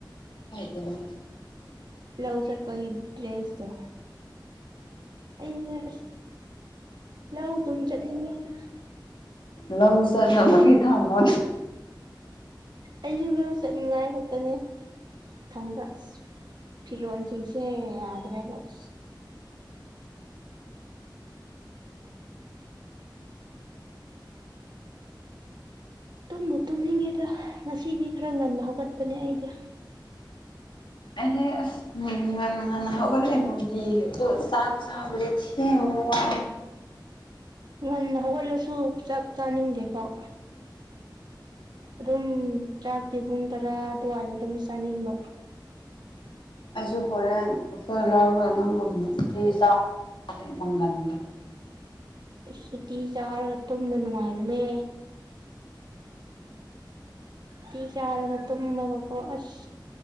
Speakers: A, on the left; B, on the right.
A: ꯇ
B: ꯭ꯂꯎꯖ ꯄꯒꯤ ꯗ꯭ꯔꯦꯁꯗ ꯑꯩꯅ ꯑ ꯂꯧꯗꯨꯝ ꯆꯠꯅꯤꯡꯉꯤꯗ
A: ꯂꯍ ꯁꯗꯅ ꯐꯒꯤ ꯊꯥꯡꯃꯣ
B: ꯑꯩꯁꯨ ꯂ ꯆꯠꯅꯤꯡꯉꯥꯏ ꯈꯛꯇꯅꯦ ꯊꯝꯕ ꯑꯁ ꯐꯤꯔꯣꯟꯁꯤꯡꯁꯦ ꯌꯥꯗ꯭ꯔꯦꯕꯣ ꯑ ꯇꯨꯝꯅꯨ ꯇꯨꯝꯅꯤꯡꯉꯦꯗ ꯉꯁꯤꯗꯤ ꯈꯔ ꯉꯟꯅ ꯍꯧꯒꯠꯄꯅꯦ ꯑꯩꯗꯤ
A: ꯑꯦ ꯑꯁ ꯎ ꯉ ꯉꯥꯟ ꯍꯒꯂꯦꯅꯨꯡꯗꯤ ꯑꯗꯨꯣ ꯆꯥꯛ ꯆꯕꯦ ꯊꯦ ꯋꯥ
B: ꯉꯟꯅ ꯍꯧꯒꯠꯂꯁꯨ ꯆꯥꯛ ꯆꯥꯅꯤꯡꯗꯦ ꯐꯥꯎ
A: ꯎꯝ
B: ꯑꯗꯨꯝ ꯆꯥꯛꯇꯤ ꯄꯨꯡ ꯇꯔꯥ ꯑꯗꯨꯋꯥꯏꯗ ꯑꯗꯨꯝ ꯆꯥꯅꯤꯡꯕ
A: ꯑꯩꯁꯨ ꯍꯣꯔꯦꯟ ꯍꯣꯏ ꯂꯧꯔꯒ ꯅꯪꯒꯨꯝꯃꯛꯇꯤ ꯆꯥꯎ ꯃꯪꯒꯟꯒ
B: ꯁꯨꯇꯤ ꯆꯥꯔꯒ ꯇꯨꯝꯕ ꯅꯨꯡꯉꯥꯏꯕꯅꯦ ꯊ ꯀ ꯌꯥꯔꯒ ꯇꯨꯝꯒ ꯑꯁ